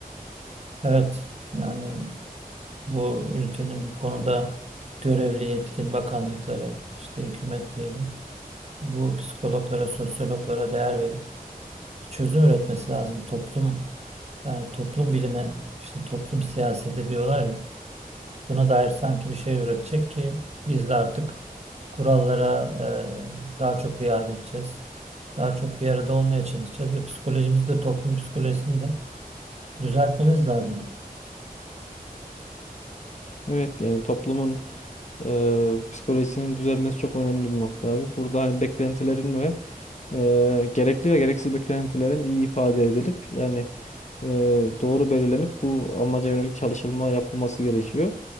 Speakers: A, on the right; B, on the left.
A: Evet. Yani Bu ülkenin bu konuda görevli yetkin bakanlıkları, işte hükümet diyelim, bu psikologlara, sosyologlara değer verip çözüm üretmesi lazım. Toplum, yani toplum bilimi, işte toplum siyaseti diyorlar ya, buna dair sanki bir şey üretecek ki biz de artık kurallara e, daha çok riayet edeceğiz. Daha çok bir arada olmaya çalışacağız. ve psikolojimizi de toplum psikolojisini de düzeltmemiz lazım.
B: Evet yani toplumun e, psikolojisinin düzelmesi çok önemli bir nokta abi. Burada hani beklentilerin ve e, gerekli ve gereksiz beklentilerin iyi ifade edilip yani e, doğru belirlenip bu amaca yönelik çalışılma yapılması gerekiyor.